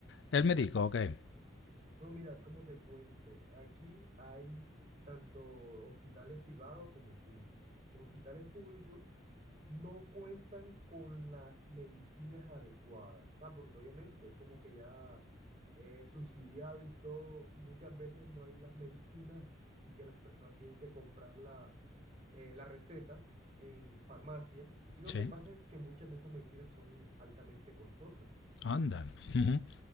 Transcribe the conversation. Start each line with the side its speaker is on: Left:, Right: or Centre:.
Left: el médico o qué?
Right: Bueno, mira, cómo te cuento, aquí hay tanto hospitales privados como públicos. Los hospitales públicos no cuentan con las medicinas adecuadas, ¿sabes? Porque obviamente es como que ya eh, subsidiado y todo, muchas veces no hay las medicinas, así que las personas tienen que comprar la, eh, la receta en farmacia. Y lo
Left: Sí,
Right: que pasa es que muchas de esas medicinas son altamente costosas,
Left: anda. Ujú.